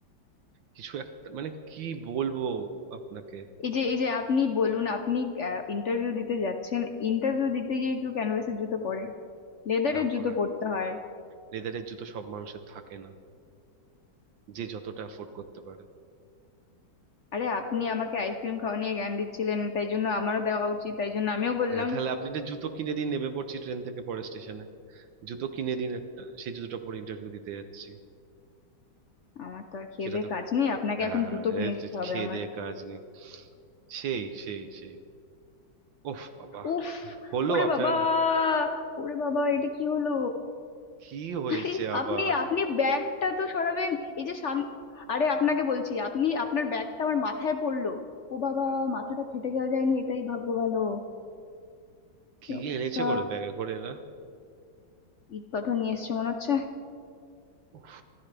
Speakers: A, on the right; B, on the left.
A: কিছু একটা মানে কি বলবো আপনাকে
B: এই যে এই যে আপনি বলুন আপনি ইন্টারভিউ দিতে যাচ্ছেন ইন্টারভিউ দিতে গিয়ে কেউ ক্যানভাসের জুতো পরে লেদারের
A: না পরার
B: জুতো পরতে হয়
A: লেদারের জুতো সব মানুষের থাকে না যে যতটা অ্যাফোর্ড করতে পারে
B: আরে আপনি আমাকে আইসক্রিম খাওয়া নিয়ে জ্ঞান দিচ্ছিলেন তাই জন্য আমারও দেওয়া উচিত তাই জন্য আমিও বললাম
A: হ্যাঁ তাহলে আপনি একটা জুতো কিনে দিন নেমে পড়ছি ট্রেন থেকে পরের স্টেশনে জুতো কিনে দিন একটা সেই জুতোটা পরে ইন্টারভিউ দিতে যাচ্ছি
B: আমার তো আর খেয়ে
A: সেটা
B: দেয়ে
A: তো
B: কাজ নেই আপনাকে
A: হ্যাঁ
B: এখন জুতো কিনে
A: এই
B: দিতে
A: যে
B: হবে
A: খেয়ে
B: আমার
A: দেয়ে কাজ নেই সেই সেই সেই ওফ বাবা
B: উফ
A: হলো
B: ওরে
A: আপনার
B: বাবা ওরে বাবা এটা কি হলো
A: কি হয়েছে
B: আরে
A: আবার
B: আপনি আপনি ব্যাগটা তো সরাবেন এই যে সামনে আরে আপনাকে বলছি আপনি আপনার ব্যাগটা আমার মাথায় পড়লো ও বাবা মাথাটা ফেটে গেল যায়নি এটাই ভাগ্য ভালো
A: কি
B: কি অবস্থা
A: এনেছে করে ব্যাগে করে এরা
B: ইট পাথর নিয়ে এসছে মনে হচ্ছে
A: উফ,